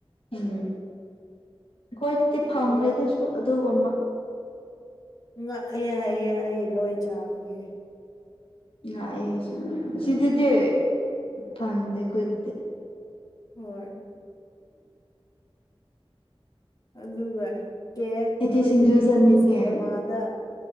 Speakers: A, on the left (about 70°); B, on the left (about 40°).
A: ꯎꯝ ꯑꯩꯈꯣꯏ ꯑꯗꯨꯗꯤ ꯐꯪꯉꯦꯗꯁꯨ
B: ꯃꯣꯏ
A: ꯑꯗꯨꯒꯨꯝꯕ
B: ꯉꯛꯑꯦ ꯍꯥꯏꯑꯦ ꯑꯩ ꯂꯣꯏ ꯆꯥꯕꯒꯦ
A: ꯂꯥꯛꯑ ꯑꯩꯁꯨ ꯁꯤꯗꯗꯤ ꯐꯪꯗꯦ ꯑꯩꯈꯣꯏꯗꯗꯤ
B: ꯍꯣꯏ ꯑꯗꯨꯒ ꯀꯦꯛ
A: ꯑꯩꯗꯤ
B: ꯑꯩꯈꯣꯏꯗꯗꯤ
A: ꯁꯤꯡꯖꯨ ꯆꯥꯅꯤꯡꯉꯦ
B: ꯀꯦꯖꯤ ꯑꯃꯗ